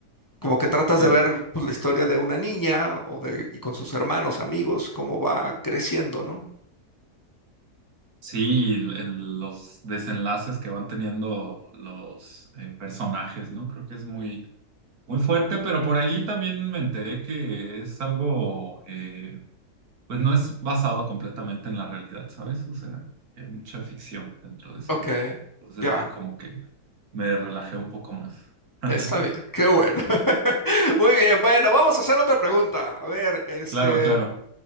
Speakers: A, on the left (about 15°); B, on the right (about 70°).
A: como que tratas
B: sí.
A: de ver pues, la historia de una niña o de, y con sus hermanos, amigos, cómo va creciendo, ¿no?
B: Sí, el- el- los desenlaces que van teniendo los eh, personajes, ¿no? Creo que es muy, muy fuerte, pero por ahí también me enteré que es algo, eh, pues no es basado completamente en la realidad, ¿sabes? O sea, hay mucha ficción dentro de ese
A: Ok,
B: libro. Entonces
A: ya,
B: ya como que me relajé un poco más. <laughs>
A: está bien, qué bueno. <laughs> Muy bien, bueno, vamos a hacer otra pregunta. A ver, este,
B: Claro, claro.